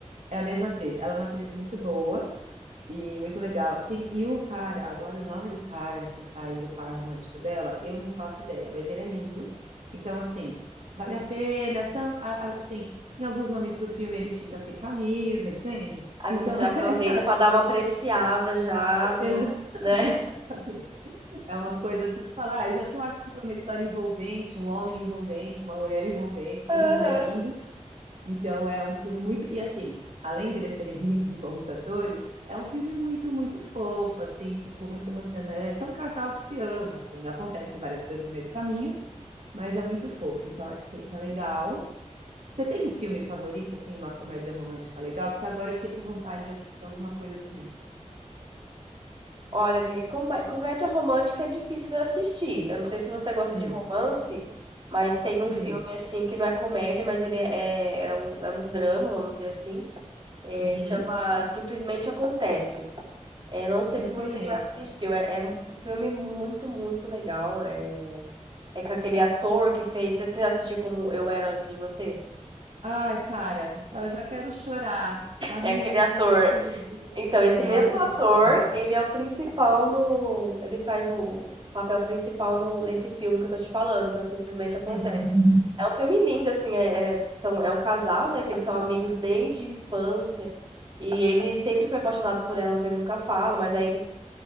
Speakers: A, on the right; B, on the right.
A: É a mesma atriz. Ela é uma atriz muito boa e muito legal, assim. E o cara, agora o nome do cara que faz o par romântico dela, eu não faço ideia, mas ele é lindo. Então, assim, vale a pena. São- a- a- assim, em alguns momentos do filme ele fica sem camisa, entende?
B: Ah,
A: Então,
B: então você já
A: <laughs>
B: aproveita pra dar uma apreciada já no,
A: exa-
B: né?
A: <laughs> exatamente. É uma coisa assim de falar, ah, eu já tô aqui, uma história envolvente, um homem envolvente, uma mulher envolvente,
B: <laughs>
A: todo
B: Aham.
A: mundo é lindo. Então é um filme muito. E assim, além deles serem <laughs> lindos e bons atores, é um filme muito, muito fofo, assim, tipo, muito emocionante. É um casal que se ama, assim, acontece várias coisas no meio do caminho, mas é muito fofo. Então acho que isso é legal. Você tem um filme favorito, assim, uma comédia romântica legal? Porque agora eu fiquei com vontade de assistir alguma coisa também.
B: Olha, que comé- comédia romântica é difícil de assistir. Eu não sei se você gosta
A: Hum,
B: de romance, mas tem um
A: hum,
B: filme assim que não é comédia, mas ele é, é um, é um drama, vamos dizer assim. É,
A: uhum.
B: chama Simplesmente Acontece. É, não sei
A: Não
B: se você
A: conheço.
B: já assistiu. É, é um filme muito, muito legal. É, é com aquele ator que fez. Você já assistiu como Eu Era Antes de Você?
A: Ai, para. Eu já quero chorar. Amiga,
B: É aquele
A: não
B: ator.
A: faz isso comigo.
B: Então, esse
A: Eu
B: mesmo
A: acho ele
B: ator,
A: ótimo.
B: ele é o principal no. Ele faz o papel principal no, nesse filme que eu tô te falando, que é o Simplesmente Acontece.
A: Uhum,
B: É um filme lindo, assim. É, é, são, é um casal, né? Que eles são amigos desde a infância. E ele sempre foi apaixonado por ela, mas ele nunca fala, mas aí eles